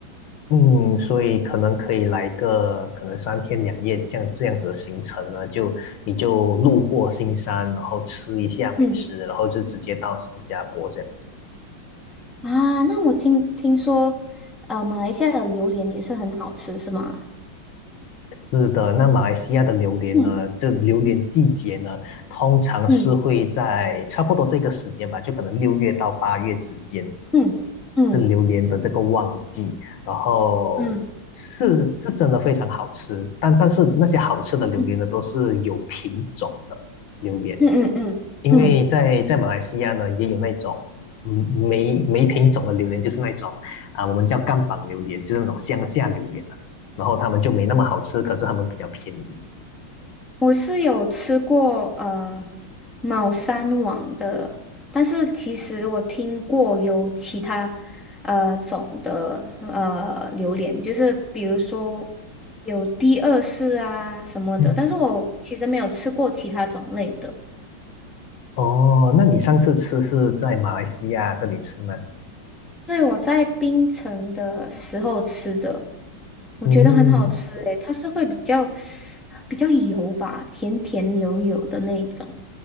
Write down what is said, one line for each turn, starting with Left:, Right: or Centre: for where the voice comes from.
Left: 嗯，所以可能可以来个可能三天两夜这样这样子的行程呢，就你就路过新山，然后吃一下美食，
Centre: 嗯
Left: 然后就直接到新加坡这样子。
Centre: 啊，那我听听说，呃，马来西亚的榴莲也是很好吃，是吗？
Left: 是的，那马来西亚的榴莲呢？
Centre: 嗯
Left: 这榴莲季节呢，通常是会在差不多这个时间吧，
Centre: 嗯
Left: 就可能六月到八月之间。
Centre: 嗯嗯
Left: 是榴莲的这个旺季，然后是是真的非常好吃，
Centre: 嗯
Left: 但但是那些好吃的榴莲呢，
Centre: 嗯
Left: 都是有品种的榴莲，
Centre: 嗯嗯嗯嗯。
Left: 因为在在马来西亚呢，
Centre: 嗯嗯
Left: 也有那种嗯没没品种的榴莲，就是那种啊、我们叫干榜榴莲，就是那种乡下榴莲了、然后他们就没那么好吃，可是他们比较便宜。
Centre: 我是有吃过呃猫山王的，但是其实我听过有其他呃种的呃榴莲，就是比如说有第二世啊什么的，
Left: 嗯，
Centre: 但是我其实没有吃过其他种类的。
Left: 哦，那你上次吃是在马来西亚这里吃吗？
Centre: 对，我在槟城的时候吃的，我觉得很好吃诶，
Left: 嗯，
Centre: 它是会比较比较油吧，甜甜油油的那一种。